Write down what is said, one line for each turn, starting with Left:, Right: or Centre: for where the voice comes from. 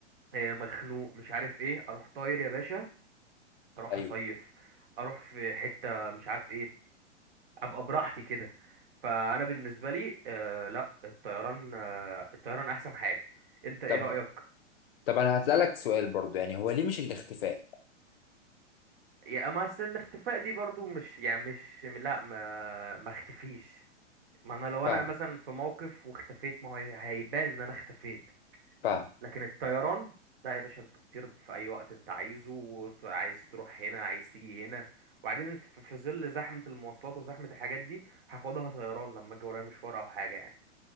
Right: آه، مخنوق مش عارف ايه اروح طاير يا باشا اروح
Left: ايوه
Right: اصيف اروح في حته مش عارف ايه ابقى براحتي كده فانا بالنسبه لي آه لا الطيران آه الطيران احسن حاجه انت ايه
Left: طب
Right: رايك
Left: طب انا هسالك سؤال برضو يعني هو ليه مش الاختفاء
Right: يا اما اصل الاختفاء دي برضو مش يعني مش لا ما ما اختفيش ما انا لو
Left: فاهم
Right: انا مثلا في موقف واختفيت ما هو هي- هيبان ان انا اختفيت
Left: فاهم
Right: لكن الطيران لا يا باشا انت بتطير في اي وقت انت عايزه وت- عايز تروح هنا عايز تيجي هنا وبعدين انت في في ظل زحمه المواصلات وزحمه الحاجات دي هاخدها طيران لما اجي ورايا مشوار او حاجه يعني